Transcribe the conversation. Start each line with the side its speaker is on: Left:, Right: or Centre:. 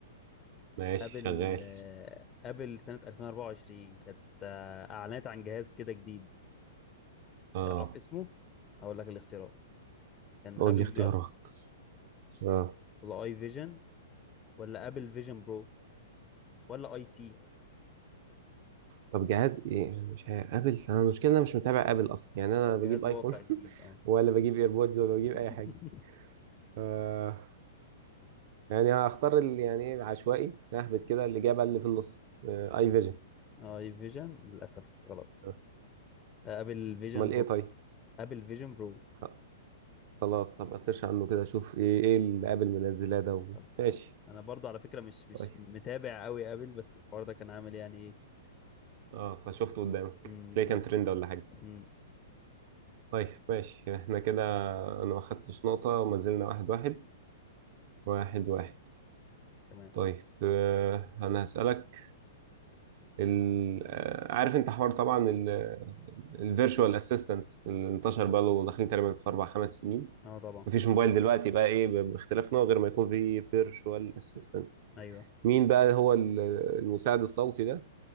Right: ماشي
Left: قبل
Right: شغال
Left: آه، قبل سنة 2024 كانت آه، أعلنت عن جهاز كده جديد
Right: اه
Left: تعرف اسمه؟ أقول لك الاختيارات كان
Right: قول
Left: أبل
Right: لي اختيارات
Left: جلاس
Right: اه
Left: ولا أي فيجن ولا أبل فيجن برو ولا أي سي
Right: طب جهاز ايه مش عارف ابل انا المشكله إن انا مش متابع ابل اصلا يعني انا
Left: هو جهاز
Right: بجيب ايفون
Left: واقع جديد
Right: <laughs>
Left: اه
Right: ولا بجيب ايربودز ولا بجيب
Left: <laughs>
Right: اي حاجه آه يعني هختار اللي يعني ايه عشوائي اهبط كده الاجابه اللي في النص آه اي فيجن
Left: أي فيجن للأسف غلط
Right: آه،
Left: آه، أبل فيجن
Right: امال
Left: برو
Right: ايه طيب
Left: أبل فيجن برو
Right: آه، خلاص هبقى سيرش عنه كده اشوف ايه ايه اللي ابل منزلاه ده و...
Left: خلصان
Right: ماشي
Left: أنا برضو على فكرة مش مش
Right: طيب
Left: متابع قوي أبل بس الحوار ده كان عامل يعني إيه
Right: اه فشفته قدامك
Left: أمم، بالظبط
Right: تلاقي كان ترند ولا حاجه
Left: أمم،
Right: طيب ماشي احنا كده انا ما خدتش نقطه وما زلنا واحد واحد واحد واحد
Left: تمام
Right: طيب آه، انا هسألك ال... آه، عارف انت حوار طبعا الفيرتشوال اسيستنت اللي انتشر بقى له داخلين تقريبا في اربع خمس سنين
Left: اه طبعا
Right: مفيش موبايل دلوقتي بقى ايه ب- باختلاف نوع غير ما يكون فيه فيرتشوال اسيستنت
Left: ايوه
Right: مين بقى هو ال- المساعد الصوتي ده